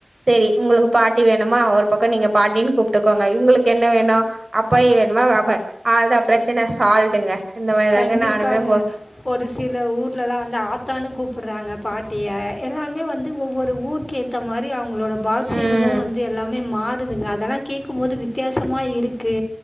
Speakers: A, on the right (about 55°); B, on the left (about 30°).
A: செரி உங்களுக்கு பாட்டி வேணுமா ஒரு பக்க நீங்க பாட்டின் கூப் ட்டுக்கோங்க உங்களுக்கு என்ன வேணு அப்பாயி வேணுமா அவ்ளதா பிரச்சன சால்டுங்க இந்த மாரிதாங்க
B: கண்டிப்பாங்க.
A: நானுமே போ
B: ஒரு சில ஊர்லல்லா வந்து ஆத்தான்னு கூப்டுறாங்க பாட்டிய எல்லருாமே வந்து ஒவ்வொரு ஊருக்கேத் த மாரி அவங்களோட பாஷைகளு
A: ம்
B: வந்து எல்லாமே மாறுதுங்க அதெல்லா கேக்குபோது வித்தியாசமா இருக்கு